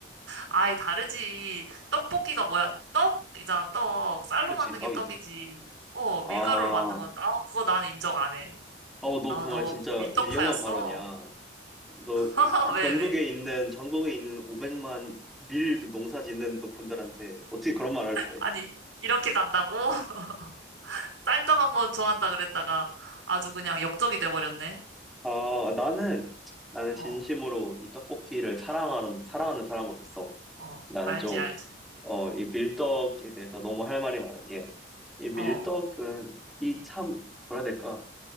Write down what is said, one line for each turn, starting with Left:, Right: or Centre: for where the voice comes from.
Right: 아예 다르지. 떡볶이가 뭐야? 떡이잖아, 떡. 쌀로
Centre: 그치,
Right: 만든
Centre: 떡이지.
Right: 게 떡이지. 어, 밀가루로
Centre: 아, 어,
Right: 만든 건, 아, 그거 나는 인정 안 해.
Centre: 너
Right: 아,
Centre: 그 말
Right: 너
Centre: 진짜
Right: 밀떡파였어?
Centre: 위험한 발언이야. 너
Right: <laughs> 왜,
Centre: 전국에
Right: 왜?
Centre: 있는 전국에 있는 500만 밀 농사 짓는 너 분들한테 어떻게 그런 말 할 수가
Right: 아니,
Centre: 있어?
Right: 이렇게 간다고? <laughs> 쌀떡 한번 좋아한다 그랬다가 아주 그냥 역적이 돼버렸네.
Centre: 아, 나는 나는
Right: 어,
Centre: 진심으로 이 떡볶이를 사랑하는 사랑하는 사람으로서
Right: 어,
Centre: 나는
Right: 알지,
Centre: 좀
Right: 알지.
Centre: 어, 이 밀떡에 대해서 너무 할 말이 많은 게 이 밀떡은
Right: 어,
Centre: 이 참 뭐라 해야 될까?